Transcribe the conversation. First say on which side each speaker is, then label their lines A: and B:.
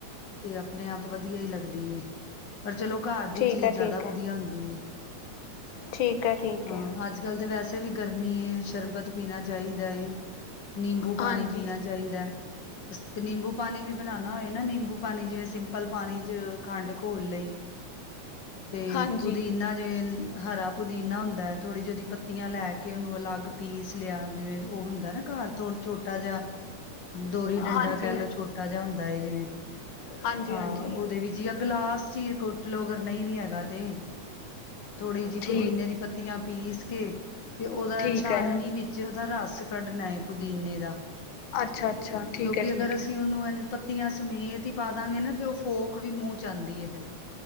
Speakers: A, on the left (about 80°); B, on the left (about 60°).
A: ਤੇ ਆਪਣੇ ਆਪ ਵਧੀਆ ਈ ਲੱਗਦੀ ਏ, ਪਰ ਚਲੋ ਘਰ ਦੀ
B: ਠੀਕ
A: ਚੀਜ਼
B: ਹੈ
A: ਜ਼ਿਆਦਾ
B: ਠੀਕ ਹੈ
A: ਵਧੀਆ ਹੁੰਦੀ ਏ।
B: ਠੀਕ ਹੈ ਠੀਕ
A: ਹਾਂ
B: ਹੈ
A: ਅੱਜ -ਕੱਲ੍ਹ ਤਾਂ ਵੈਸੇ ਵੀ ਗਰਮੀ ਏ, ਸ਼ਰਬਤ ਪੀਣਾ ਚਾਈਦਾ ਏ। ਨਿੰਬੂ
B: ਹਾਂਜੀ
A: ਪਾਣੀ -ਪੀਣਾ ਚਾਈਦਾ, ਤੇ ਨਿੰਬੂ ਪਾਣੀ ਵੀ ਬਨਾਣਾ ਹੋਏ ਹੈ ਨਾ, ਨਿੰਬੂ ਪਾਣੀ ਜਿਵੇਂ, ਸਿੰਪਲ ਪਾਣੀ ਚ, ਖੰਡ ਘੋਲ ਲਈ। ਤੇ
B: ਹਾਂਜੀ
A: ਪੁਦੀਨਾ ਜਿਵੇਂ, ਹਰਾ ਪੁਦੀਨਾ ਹੁੰਦਾ ਐ, ਥੋੜ੍ਹੀ ਜੇਈ ਓਦੀ ਪੱਤੀਆਂ ਲੈ ਕੇ ਓਹਨੂੰ ਅਲੱਗ ਪੀਸ ਲਿਆ, ਜਿਵੇਂ ਉਹ ਹੁੰਦਾ ਨਾ, ਘਰ ਥੋੜਾ ਛੋਟਾ ਜਿਹਾ, ਦੋਰੀ ਡੰਡਾ
B: ਹਾਂਜੀ
A: ਕਹਿ ਲਓ ਛੋਟ ਛੋਟਾ ਜਿਹਾ ਹੁੰਦਾ ਹੈ ਜਿਵੇਂ
B: ਹਾਂਜੀ
A: ਆ,
B: ਹਾਂਜੀ
A: ਓਹਦੇ ਵਿੱਚ ਜਾਂ ਗਲਾਸ ਚ ਕੋਟ ਲੋਓ ਅਗਰ। ਨਹੀਂ ਵੀ ਹੈਗਾ ਤੇ, ਥੋੜ੍ਹੀ ਜੇਈ
B: ਠੀਕ
A: ਪੁਦੀਨੇ ਦੀ ਪੱਤੀਆਂ ਪੀਸ ਕੇ ਤੇ ਓਹਦਾ,
B: ਠੀਕ
A: ਛਾਨਣੀ
B: ਹੈ
A: ਵਿੱਚ ਉਹਦਾ, ਰਸ ਕੱਢਣਾ ਏ ਪੁਦੀਨੇ ਦਾ।
B: ਅੱਛਾ ਅੱਛਾ ਠੀਕ
A: ਕਿਓਕਿ
B: ਹੈ ਠੀਕ
A: ਅਗਰ ਅਸੀਂ
B: ਹੈ
A: ਓਹਨੂੰ ਇੰ ਪੱਤੀਆਂ ਸਮੇਤ ਈ ਪਾਦਾਗੇ ਨਾ ਤੇ, ਓਹ ਫੋਕ ਵੀ ਮੂੰਹ ਚ ਆਂਦੀ ਆ ਫਿਰ।